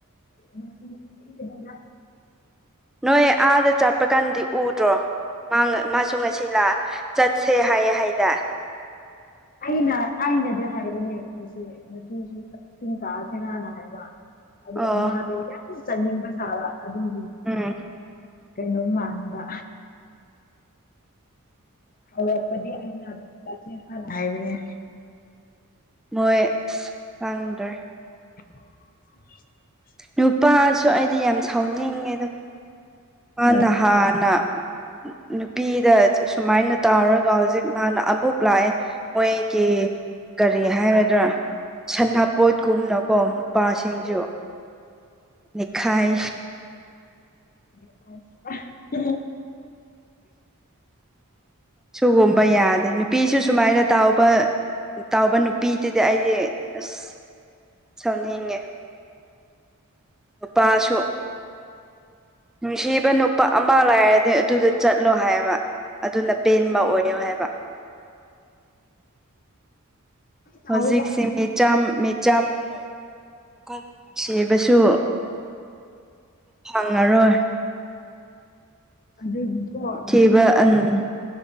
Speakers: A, on the left (about 40°); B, in the centre.
A: <unintelligible>
B: ꯅꯣꯏ ꯑꯥꯗ ꯆꯠꯄ ꯀꯥꯟꯗꯤ ꯎꯗ꯭ꯔꯣ ꯃꯥꯁꯨ ꯉꯁꯤ ꯂꯥ ꯆꯠꯁꯦ ꯍꯥꯏꯌꯦ ꯍꯥꯏꯗ
A: ꯑꯩꯅ ꯑꯩꯅꯗꯤ ꯍꯥꯏꯕꯅꯦ ꯉꯁꯤ ꯉꯁꯤ ꯁꯨꯝ ꯀꯛꯑꯁꯤꯅꯅ ꯍꯥꯏꯕ ꯑꯗꯣ
B: ꯑꯣ
A: ꯃꯥꯗ ꯌꯥꯝ ꯆꯟꯅꯤꯡꯕ ꯁꯥꯕ ꯑꯗꯨꯒꯤꯅꯦ
B: ꯎꯝ
A: ꯀꯩꯅ‌ꯣꯃꯕꯥ ꯍꯧꯔꯛꯄꯥꯗꯤ ꯑꯩꯅꯅ ꯍꯥꯏꯕꯅꯦ
B: ꯃꯣꯏ ꯈꯪꯗ꯭ꯔꯦ
A: <inaudible>
B: ꯅꯨꯄꯥꯁꯨ ꯑꯩꯗꯤ ꯌꯥꯝ ꯁꯥꯎꯅꯤꯡꯉꯦꯗꯥ ꯃꯥꯅ
A: ꯂꯣꯏ
B: ꯍꯥꯟꯅ ꯅꯨꯄꯤꯗ ꯁꯨꯃꯥꯏꯅ ꯇꯥꯎꯔꯒ ꯍꯧꯖꯤꯛ ꯃꯥꯅꯥ ꯑꯃꯨꯛ ꯂꯥꯛꯑꯦ ꯃꯣꯏꯒꯤ ꯀꯔꯤ ꯍꯥꯏ ꯍꯥꯏꯒꯗ꯭ꯔꯥ ꯁꯅꯄꯣꯠꯀꯨꯝꯅꯀꯣ ꯅꯨꯄꯥꯁꯤꯡꯁꯨ ꯂꯦꯈꯥꯏ
A: <unintelligible>
B: ꯁꯤꯨꯒꯨꯝꯕꯤ ꯌꯥꯗꯦ ꯅꯨꯄꯤꯁꯨ ꯁꯨꯃꯥꯏꯅ ꯇꯥꯎꯕ ꯇꯥꯎꯕ ꯅꯨꯄꯤꯗꯨꯗꯤ ꯑꯩꯗꯤ ꯑꯁ ꯁꯥꯎꯅꯤꯡꯉꯦ ꯅꯨꯄꯥꯁꯨ ꯅꯨꯡꯁꯤꯕ ꯅꯨꯄꯥ ꯑꯃ ꯂꯥꯏꯔꯗꯤ ꯑꯗꯨꯗ ꯆꯠꯂꯣ ꯍꯥꯏꯕ ꯑꯗꯨꯅ ꯄꯦꯟꯕ ꯑꯣꯏꯌꯣ ꯍꯥꯏꯕ
A: ꯇꯧꯋꯤꯗ
B: ꯍꯧꯖꯤꯛꯁꯤꯦꯆ ꯌꯥꯝ ꯑꯩꯈꯣꯏꯕꯨ ꯅꯨꯡꯁꯤꯕꯁꯨ ꯐꯪꯉꯔꯣꯏ
A: ꯑꯗꯨꯒꯤꯁꯨ ꯑꯩꯈꯣꯏꯒꯤ
B: ꯊꯤꯕ ꯑꯟ